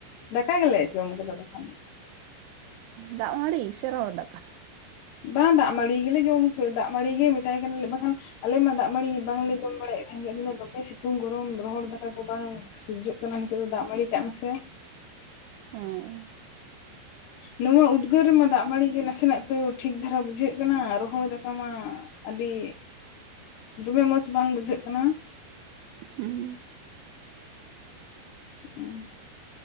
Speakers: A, on the left (about 70°); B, on the right (about 85°).
A: ᱫᱟᱠᱟ ᱜᱮᱞᱮ ᱡᱚᱢ ᱠᱟᱫᱟ ᱛᱚᱠᱷᱚᱱᱚᱜ
B: ᱫᱟᱜ ᱢᱟᱹᱲᱤ ᱥᱮ ᱨᱚᱦᱚᱲ ᱫᱟᱠᱟ
A: ᱵᱟᱝ ᱫᱟᱜ ᱢᱟᱹᱲᱤ ᱜᱮᱞᱮ ᱡᱚᱢ ᱫᱟᱜ ᱢᱟᱹᱲᱤ ᱜᱮ ᱢᱮᱛᱟᱭ ᱠᱟᱱᱟ ᱵᱟᱠᱷᱟᱱ ᱟᱞᱮ ᱢᱟ ᱫᱟᱜ ᱢᱟᱹᱲᱤ ᱵᱟᱝᱞᱮ ᱡᱚᱢ ᱵᱟᱲᱟᱭᱮᱫ ᱛᱟᱦᱮᱱ ᱜᱮ ᱟᱫᱚ ᱫᱚᱢᱮ ᱥᱤᱛᱩᱝ ᱜᱚᱨᱚᱢ ᱨᱚᱦᱚᱲ ᱫᱟᱠᱟ ᱠᱚ ᱵᱟᱝ ᱥᱳᱡᱳᱜ ᱠᱟᱱᱟ ᱱᱤᱛᱚᱜ ᱫᱚ ᱫᱟᱜ ᱢᱟᱹᱲᱤ ᱠᱟᱜ ᱢᱮᱥᱮ
B: ᱦᱮᱸ
A: ᱱᱚᱣᱟ ᱩᱫᱽᱜᱟᱹᱨ ᱨᱮᱢᱟ ᱫᱟᱜ ᱢᱟᱹᱲᱤ ᱜᱮ ᱱᱟᱥᱮᱱᱟᱜ ᱛᱟᱹᱣ ᱴᱷᱤᱠ ᱫᱷᱟᱨᱟ ᱵᱩᱡᱷᱟᱹᱜ ᱠᱟᱱᱟ ᱨᱚᱦᱚᱲ ᱫᱟᱠᱟ ᱢᱟ ᱟᱹᱰᱤ ᱫᱚᱢᱮ ᱢᱚᱪᱽ ᱵᱟᱝ ᱵᱩᱡᱷᱟᱹᱜ ᱠᱟᱱᱟ
B: ᱦᱩᱸ
A: ᱩᱸ